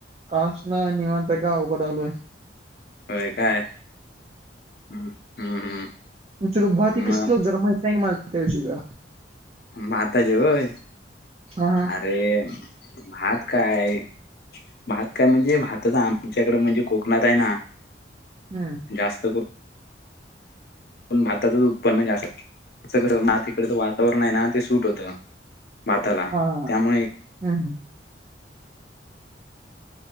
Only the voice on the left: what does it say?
होय काय, ह्म, हम्म हम्म.
म
माता ज होय,
अरे भात काय भात काय, म्हणजे भातचा आमच्याकड, म्हणजे कोकणात हाय ना.
जास्त कर करून भाताचच उत्पन्न जास्त, <unintelligible> म तिकडच वातावरण ये ना, ते सूट होतं. भाताला
त्यामुळे